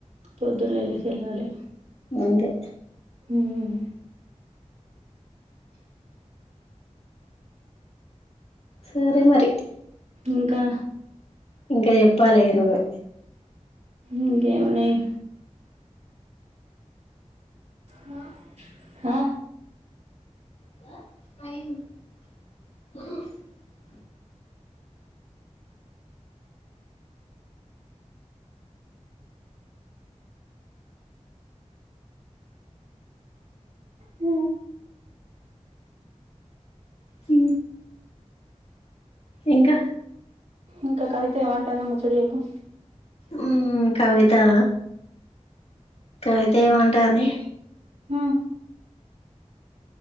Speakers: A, on the right; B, on the left.
A: పొద్దున్న లెగిసి వెళ్లాలి
B: అంతే
A: మ్మ్
B: సరే మరి
A: ఇంకా
B: ఇంకా చెప్పాలిగ నువ్వే
A: ఇంకేం ఉన్నాయి మా హా
B: <inaudible> ఆ
A: ఆ
B: ఇ ఇంక
A: ఇంక కవిత ఏమంటాంది ముచ్చట చెప్ ప్పు
B: మ్మ్ కవితా కవిత ఏమంటాంది
A: మ్మ్.